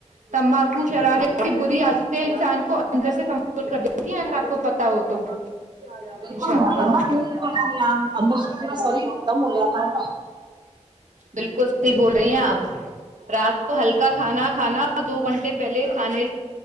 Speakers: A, on the right; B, on the right.
A: تمباکو شرار ایسی بری عادتیں انسان کو اندر سے کمزور کر دیتی ہیں اگر آپ کو پتا ہو تو انشاء
B: بک متمتی
A: اللہ
B: اندر س پ سری ختم ہو جاتا ہے
A: بالکل صحیح بول رہی ہیں آپ رات ہلکا کھانا کھانا دو گھنٹے پہلے کھانے